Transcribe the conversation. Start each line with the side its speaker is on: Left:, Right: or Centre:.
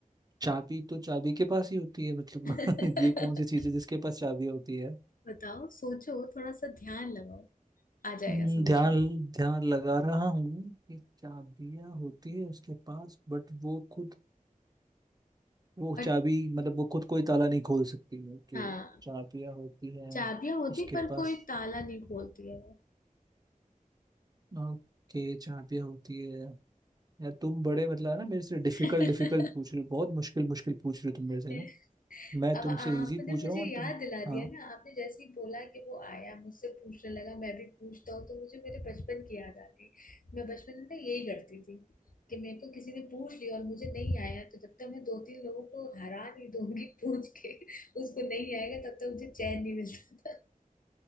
Right: चाबी तो चाबी के पास ही होती है मतलब
Left: <laughs>
Right: <laughs> ये कौन सी चीज है जिसके पास चाबियां होती है
Left: बताओ सोचो थोड़ा सा ध्यान लगाओ आ जाएगा
Right: हम्म,
Left: समझ
Right: ध्यान
Left: में
Right: ध्यान लगा रहा हूँ कि चाबियां होती है उसके पास बट वो खुद वो
Left: बट
Right: चाबी मतलब वो खुद कोई ताला नहीं खोल सकती है कि
Left: हाँ
Right: चाबियां होती हैं
Left: चाबियां होती
Right: उसके
Left: पर
Right: पास
Left: कोई ताला नहीं खोलती है वो
Right: ओके चाबियां होती है यार तुम बड़े मतलब है ना मेरे से डिफिकल्ट
Left: <laughs>
Right: डिफिकल्ट पूछ रहे हो बहुत मुश्किल मुश्किल पूछ रहे हो तुम
Left: <laughs>
Right: मेरे से ना मैं
Left: अब
Right: तुमसे
Left: आपने
Right: इजी पूछ
Left: मुझे
Right: रहा हूँ
Left: याद
Right: तुम
Left: दिला
Right: हाँ
Left: दिया ना आपने जैसे ही बोला कि वो आया मुझसे पूछने लगा मैं भी पूछता हूँ तो मुझे मेरे बचपन की याद आ गई मैं बचपन में ना यही करती थी कि मेरे को किसी ने पूछ लिया और मुझे नहीं आया तो जब तक मैं दो तीन लोगों को हरा नहीं दूंगी <laughs> पूछ के उसको नहीं आएगा तब तक मुझे चैन नहीं मिलता था